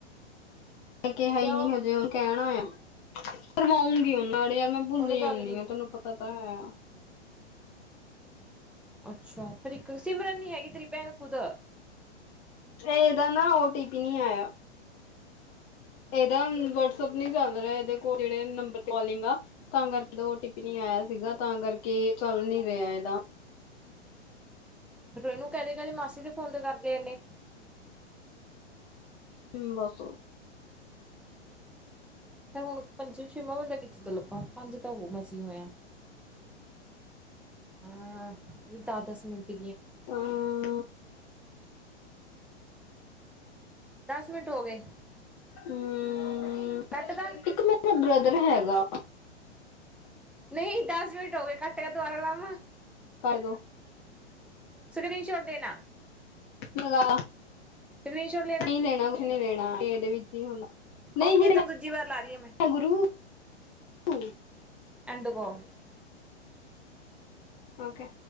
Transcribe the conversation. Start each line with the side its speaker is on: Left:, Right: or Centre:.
Left: ਕਿਹਾ
Centre: ਕਿਉਂ
Left: ਹੀ ਨੀ ਹਜੇ ਉਹਣ ਕਹਿਣ ਹੋਇਆ ਕਰਵਾਊਂਗੀ ਉਹ ਨਾਲੇ ਯਾਰ ਮੈਂ ਭੁੱਲੀ
Centre: ਉਹਨੇ ਗੱਲ
Left: ਆਂਦੀ
Centre: ਨੀ
Left: ਹਾਂ ਤਹਨੂੰ ਪਤਾ <inaudible> ਹਾਂ
Centre: ਅੱਛਾ ਫਿਰ ਇੱਕ ਸਿਮਰਨ ਨੀ ਹੈਗੀ ਤੇਰੀ ਭੈਣ ਖੁਦ
Left: ਇਹਦਾ ਨਾ ਓਟੀ ਪੀ ਨੀ ਆਇਆ ਇਹਦਾ ਵਟਸਐਪ ਨੀ ਚੱਲ ਰਿਹਾ ਕੋਲ ਜਿਹੜੇ ਨੰਬਰ ਕਲਿੰਗ ਆ ਤਾਂ ਕਰਦਾ ਓ ਟੀ ਪੀ ਨਹੀਂ ਆਇਆ ਸੀਗਾ ਤਾਂ ਕਰਕੇ ਚੱਲ ਨੀ ਰਿਹਾ ਦਾਾਂ
Centre: ਫਿਰ ਉਹਨੂੰ ਨੂੰ ਕਹਿੰਦੇ ਕਹਿੰਦੇ ਮਾਸੀ ਦੇ ਫੋਨ ਕਰਦੇ ਆ ਨੇੇ
Left: ਹਮ ਦਸੋ
Centre: ਹੁਣ ਪੰਜਂ ਛੇਵਾਂ ਬੰਦਾ ਕਿਥੋ ਤੋਂ ਲੱਭਾ ਪੰਜ ਤਾਂ ਉਹ ਮਸੀ ਹੋਇਆ, ਹਾਂ ਦਸ ਦਸ ਮਿੰਟ
Left: ਹੂੰ
Centre: ਦਸ ਮਿੰਟ ਹੋ ਗਏ
Left: ਹੂੰ
Centre: ਕੱਟਦਾ
Left: ਹੂੰ ਇੱਕ ਮੇਰਾ ਬ੍ਰਦਰ ਹੈਗਾ
Centre: ਨਹੀਂ ਦਸ ਮਿੰਟ ਹੋਗੇ ਘੱਟ ਕਾ ਦੁਬਾਰਾ ਲਾਵਾਂ
Left: ਕੱਟ ਦੋ
Centre: ਸਕਰੀਨਸ਼ੋਟ ਦੇਣਾ
Left: ਲਗਾ
Centre: ਸਕਰੀਨ ਸ਼ੋਟ
Left: ਨਹੀਂ ਲੈਣਾ ਕੁਛ ਨਹੀਂ ਲੈਣਾ ਇਹਦੇ ਵਿੱਚ ਹੀ ਹੁੰਦਾ ਨਹੀਂ
Centre: ਓਕੇ ਤੈਨੂੰ
Left: ਲੈਣਾ
Centre: ਦੂਜੀ ਵਾਰ ਲਾ ਰਹੀ ਹਾਂ ਮੈਂ
Left: ਗੁਰੂ ਹੋ
Centre: ਐਡ <unintelligible>
Left: ਓਕੇ